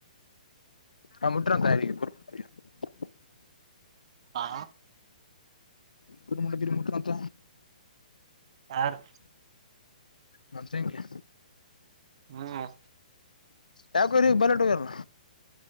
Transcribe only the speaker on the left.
ಹಾ ಮು. <unintelligible>
ಕಮಟಗಿರಿ ಮುಟ್ಟಂತ
ನಂತ ಹೇಂಗೆ
ಯಾಕೋ ಇ ಬಲೆಟಹೋಗರಾ